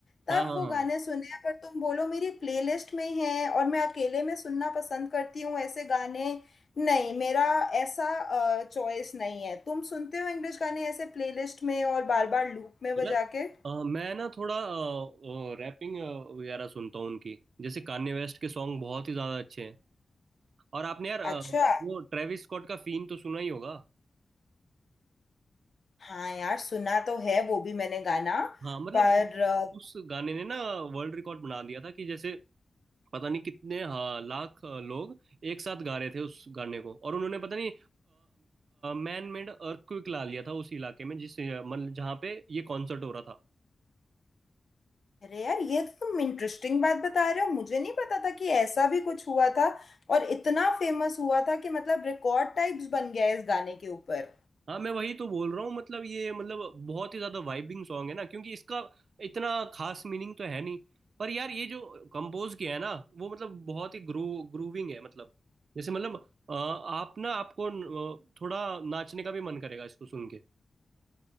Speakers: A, on the left; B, on the right.
A: तब
B: हाँ हाँ
A: वो
B: हाँ
A: गाने सुने हैं पर तुम बोलो मेरी प्लेलिस्ट में है और मैं अकेले में सुनना पसंद करती हूँ ऐसे गाने नहीं मेरा ऐसा चॉइस नहीं है तुम सुनते हो इंग्लिश गाने ऐसे प्लेलिस्ट में और बार बार लूप में बजा
B: यार
A: के
B: अ, मैं ना थोड़ा रैपिंग वगैरह सुनता हूँ उनकी जैसे कान्ये वेस्ट के सॉन्ग बहुत ही ज्यादा अच्छे हैं और आपने यार अ,
A: अच्छा
B: वो ट्रेविस स्कॉट का फीन तो सुना ही होगा
A: हाँ यार सुना तो है वो भी मैंने गाना
B: हाँ मतलब
A: पर अ,
B: उस गाने ने ना वर्ल्ड रिकॉर्ड बना दिया था कि जैसे पता नहीं कितने हाँ, लाख अ, लोग एक साथ गा रहे थे उस गाने को और उन्होंने पता नहीं मैन मेड अर्थक्वेक ला लिया था उस इलाके में जिस अ, मतलब जहाँ पे ये कॉन्सर्ट हो रहा था
A: अरे यार ये तो तुम इंटरेस्टिंग बात बता रहे हो मुझे नहीं पता था कि ऐसा भी कुछ हुआ था और इतना फेमस हुआ था कि मतलब रिकॉर्ड टाइप्स बन गया है इस गाने के ऊपर
B: हाँ मैं वही तो बोल रहा हूँ मतलब ये मतलब बहुत ही ज्यादा वाइबिंग सॉन्ग है ना क्योंकि इसका इतना खास मीनिंग तो है नहीं पर यार ये जो कंपोज किया है ना वो मतलब बहुत ही ग्रू ग्रूविंग है मतलब जैसे मतलब अ, आप ना आपको न- अ, थोड़ा नाचने का भी मन करेगा इसको सुन के